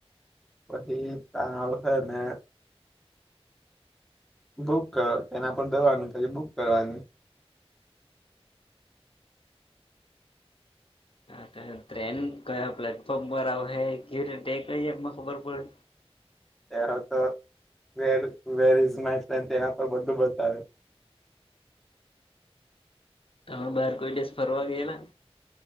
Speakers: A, in the centre; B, on the left.
A: વહી તાવ હ ને બુક કરવા એના પર દવાનું પછી બુક કરવાની
B: હા ટ્રેન કયા પ્લેટફોર્મ પર આવે કેવી રીતે કઈ એમાં ખબર પડે
A: ત તો where where is my food તેના બધું બતાવે
B: તમે બહાર કોઈ દેશ ફરવા ગયેલા